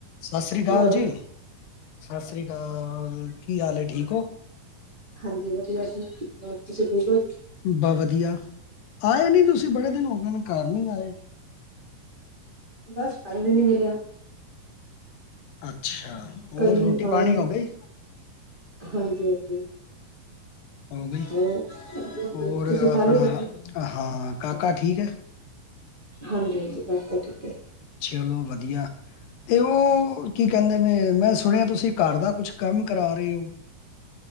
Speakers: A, on the left (about 75°); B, on the right (about 40°).
A: ਸਤਿ ਸ੍ਰੀ ਕਾਲ
B: ਹੈਲੋ
A: ਜੀ, ਸਤਿ ਸ੍ਰੀ ਕਾਲ, ਕੀ ਹਾਲ ਏ? ਠੀਕ ਹੋ।
B: ਹਾਂਜੀ ਵਧੀਆ ਜੀ, ਹੋਰ ਤੁਸੀਂ ਠੀਕ ਹੋ
A: ਬ ਵਧੀਆ, ਆਏ ਨੀ ਤੁਸੀਂ ਬੜੇ ਦਿਨ ਹੋ ਗਏ ਨੇ ਘਰ ਨੀ ਆਏ।
B: ਬਸ, ਟਾਈਮ ਈ ਨੀ ਮਿਲਿਆ।
A: ਅੱਛਾ, ਹੋਰ
B: ਕੋਈ ਨੀ
A: ਰੋਟੀ
B: ਆਵਾਂਗੇ
A: ਪਾਣੀ ਹੋ ਗਈ।
B: ਹਾਂਜੀ- ਹਾਂਜੀ
A: ਹੋ ਗਈ,
B: ਹੋਰ
A: ਹੋਰ
B: ਤੁਸੀਂ
A: ਆਪਣਾ
B: ਖਾ ਲਈ ਰੋਟੀ
A: ਹ, ਹਾਂ ਕਾਕਾ ਠੀਕ ਹੈ?
B: ਹਾਂਜੀ ਹਾਂਜੀ ਕਾਕਾ ਠੀਕ ਹੈ
A: ਚਲੋ ਵਧੀਆ, ਤੇ ਔਹ- ਕੀ ਕਹਿੰਦੇ ਨੇ ਮੈਂ ਸੁਣਿਆ ਤੁਸੀਂ ਘਰ ਦਾ ਕੁਛ ਕੰਮ ਕਰਾ ਰਹੇ ਹੋ।